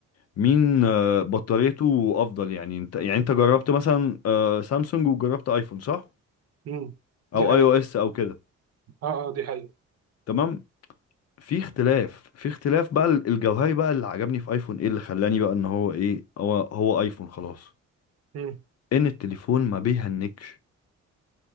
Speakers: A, on the left; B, on the right.
A: مين آه، بطاريته أفضل يعني أنت يعني أنت جربت مثلا آه، سامسونج وجربت أيفون صح؟
B: امم
A: أو
B: دي حقيقه
A: أي أو إس أو كده
B: اه اه دي حقيقه
A: تمام؟ في اختلاف في اختلاف بقى الجوهري بقى اللي عجبني في أيفون إيه اللي خلاني بقى إن هو إيه هو هو أيفون خلاص
B: امم
A: إن التليفون ما بيهنكش